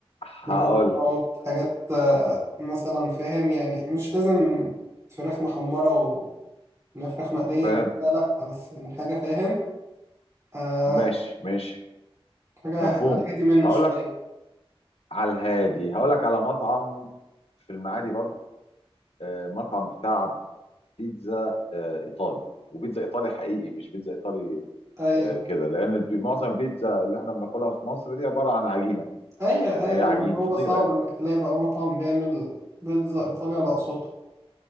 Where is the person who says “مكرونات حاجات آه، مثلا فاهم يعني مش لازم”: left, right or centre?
Right